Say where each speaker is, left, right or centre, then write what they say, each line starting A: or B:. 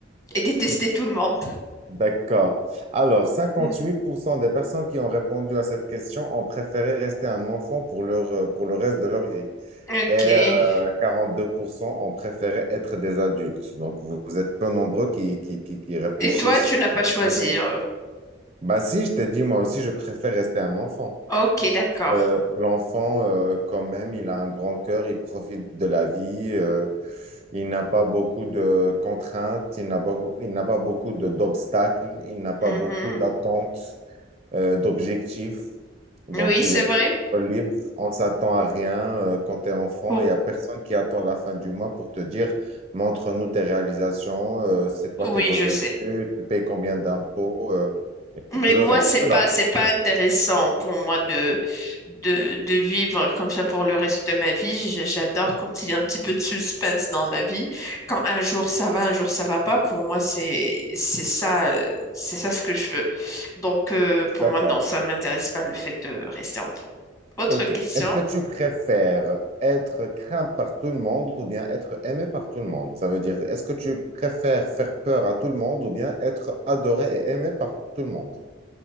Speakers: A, on the left; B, on the right.
A: Et détester tout le monde.
B: D'accord. Alors, cinquante-huit
A: Mm.
B: pour cent des personnes qui ont répondu à cette question ont préféré rester un enfant pour leur, euh, pour le reste de leur vie.
A: Ok.
B: Et euh,
A: Et
B: 42% ont préféré être des adultes. Donc, vous vous êtes peu nombreux qui, qui, qui, qui réfléchissent.
A: toi, tu n'as pas choisi.
B: Ouais.
A: euh.
B: Bah si, je t'ai dit, moi aussi, je préfère rester un enfant.
A: Ok, d'accord.
B: Euh, l'enfant, euh, quand même, il a un grand cœur, il profite de la vie, euh, il n'a pas beaucoup de contraintes, il n'a pas, il n'a pas beaucoup de- d'obstacles, il n'a pas
A: Mhm.
B: beaucoup d'attentes euh, d'objectifs. Donc,
A: Oui,
B: il
A: c'est
B: est
A: vrai.
B: plutôt libre. On s'attend à rien euh, quand tu es enfant.
A: Pour...
B: Il n'y a personne qui attend la fin du mois pour te dire, montre-nous tes réalisations, euh, c'est quoi
A: Oui,
B: tes revenus,
A: je sais.
B: tu payes combien d'impôts, euh,
A: Mais
B: et tout
A: moi,
B: le reste.
A: c'est
B: Alors,
A: pas, c'est pas intéressant pour moi de, de, de vivre comme ça pour le reste de ma vie. J- J'adore quand il y a un petit peu de suspense dans la vie. Quand un jour ça va, un jour ça va pas, pour moi, c'est, c'est ça, euh, c'est ça ce que je veux. Donc, euh, pour
B: Mm. d'accord.
A: moi, non, ça ne m'intéresse pas le fait de rester enfant. Autre
B: Ok.
A: question.
B: Est-ce que tu préfères être craint par tout le monde ou bien être aimé par tout le monde? Ça veut dire, est-ce que tu préfères faire peur à tout le monde ou bien être adoré et aimé par tout le monde?